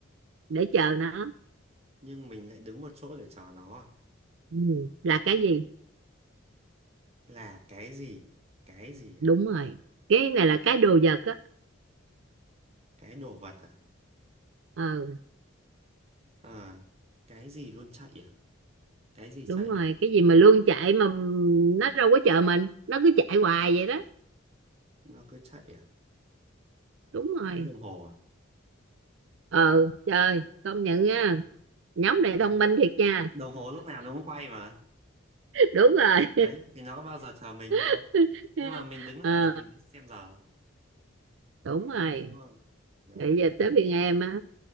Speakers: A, on the right (about 70°); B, on the right (about 30°).
A: để chờ nó
B: nhưng mình lại đứng một chỗ để chờ nó à.
A: ừ. là cái gì
B: là cái gì cái gì à
A: đúng rồi cái này là cái đồ vật á
B: cái đồ vật à
A: ừ
B: ờ cái gì luôn chạy à cái gì
A: đúng
B: chạy
A: rồi
B: à
A: cái gì mà luôn chạy mà nó đâu có chờ mình nó cứ chạy hoài vậy đó
B: nó cứ chạy à
A: đúng rồi
B: cái đồng hồ à
A: ừ trời công nhận nha nhóm này
B: Ê,
A: thông minh thiệt nha
B: đồng hồ lúc nào nó cũng quay mà
A: <laughs> đúng rồi
B: đấy thì nó có bao giờ chờ mình đâu
A: <laughs>
B: nhưng mà mình đứng lại
A: ờ
B: để mình xem giờ
A: đúng rồi
B: đúng không đấy
A: bây giờ tới phiên em á